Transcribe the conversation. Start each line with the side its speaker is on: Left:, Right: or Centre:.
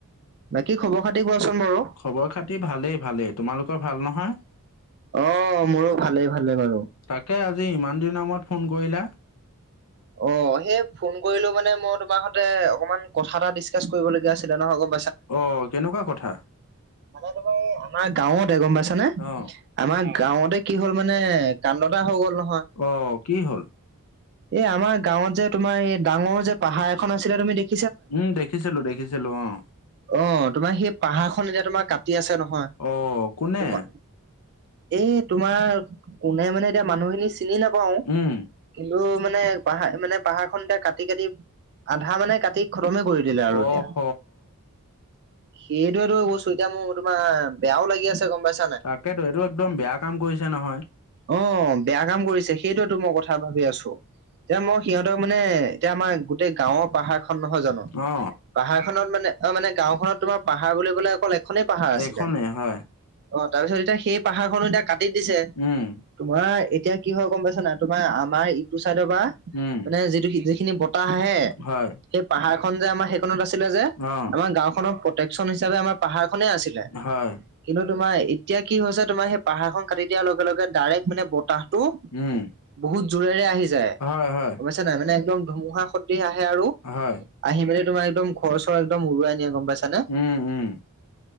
Right: বাকী খবৰ খাতি কোৱাচোন বাৰু।
Left: খবৰ খাতি ভালেই, ভালেই তোমালোকৰ ভাল নহয়?
Right: অ', মোৰো ভালেই, ভালে বাৰু।
Left: তাকে আজি ইমান দিনৰ মূৰত ফোন কৰিলা।
Right: অ', সেই ফোন কৰিলো মানে মই তোমাৰ সতে অকমান কথা এটা ডিচকাচ কৰিবলগীয়া আছিলে নহয় অক
Left: অ', কেনেকুৱা কথা?
Right: মানে তোমাৰ আমাৰ গাঁৱতে গম পাইছানে
Left: অ
Right: আমাৰ গাঁৱতে কি হ'ল মানে কাণ্ড এটা হৈ গ'ল নহয়।
Left: অ', কি হ'ল?
Right: এই আমাৰ গাঁৱত যে তোমাৰ এই ডাঙৰ যে পাহাৰ এখন আছিলে তুমি দেখি
Left: উম, দেখিছিলো, দেখিছিলো অ'।
Right: অ', তোমাৰ সেই পাহাৰখন এতিয়া তোমাৰ কাটি আছে নহয়
Left: অ কোনে
Right: তোমা এই তোমাৰ কোনে মানে এতিয়া মানুহখিনি চিনি নাপাও,
Left: উম
Right: কিন্তু মানে মানে পাহাৰ মানে পাহাৰখনন এতিয়া কাটি, কাটি আধা মানে কাটি খতমে কৰি দিলে আৰু
Left: অহ
Right: এতিয়া। সেইটোৱেটো বস্তু এতিয়া মোৰ তোমাৰ বেয়াও লাগি আছে গম পাইছ
Left: তাকেইেতো, এইটো একদম বেয়া কাম কৰিছে নহয়।
Right: অ', বেয়া কাম কৰিছে সেইটোৱেতো মই কথা ভাবি আছো। এতিয়া মই সিহঁতৰ মানে এতিয়া আমাৰ গোটেই গাঁওৰ পাহাৰখন নহয় জানো
Left: অ
Right: পাহাৰখনত মানে অ', মানে গাঁওখনত তোমাৰ পাহাৰ বুলিবলে অকল এখনেই পাহাৰ
Left: এইখনেই
Right: আছিলে। অ,
Left: হয়
Right: তাৰ পিছত এতিয়া সেই পাহাৰখনো এতিয়া কাটি দিছে।
Left: উম।
Right: তোমাৰ এতিয়া কি হয় গম পাইছা না, তোমাৰ আমাৰ ইটো চাইদৰ পৰা
Left: উম
Right: মানে যিটো যিখিনি পতাহে
Left: হয়
Right: সেই পাহাৰখন যে আমাৰ সেইখনত আছিলে যে
Left: অ',
Right: আমাৰ গাওখননৰ প্ৰটেক্যন হিচাপে আমাৰ পাহাৰ খনে আছিলে।
Left: হয়,
Right: কিন্তু তোমাৰ এতিয়া কি হৈছে, তোমাৰ সেই পাহাৰখন কাটি দিয়াৰ লগে, লগে ডাইৰেক্ট মানে বতাহটো
Left: উম।
Right: বহুত জোৰেৰে আহি যায়,
Left: হয়,
Right: গম
Left: হয়,
Right: পইছা নে নাই, মানে একদম ধুমুহা খদিৃহ আহে আৰু।
Left: হয়।
Right: আহি মেলি তোমাৰ একদম ঘৰ, চৰ একদম উৰুৱাই নিয়ে গ'ম পাইছানে।
Left: উম, উম।